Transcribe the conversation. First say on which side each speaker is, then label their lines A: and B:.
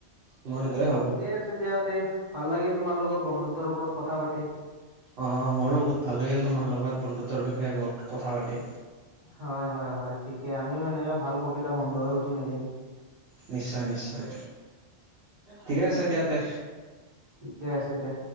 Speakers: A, on the right; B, on the right.
A: দিয়া
B: মই এইটোয়ে ভাবো।
A: ঠিকে আছে দিয়া দে। ভাল লাগিল তোমাৰ লগত বন্ধুত্বৰ ওপৰত কথা পাতি।
B: অ, মোৰো বহুত ভাল লাগিল তোমাৰ লগত বন্ধুত্বৰ বিষয়ে বহুত কথা পাতি।
A: হয় হয় হয় ঠিকে আমিও এনেকে ভাল প্ৰকৃত বন্ধু হৈ উঠিম এদিন।
B: নিশ্চয় নিশ্চয় ঠিকে আছে দিয়া তে।
A: ঠিকে আছে দিয়া।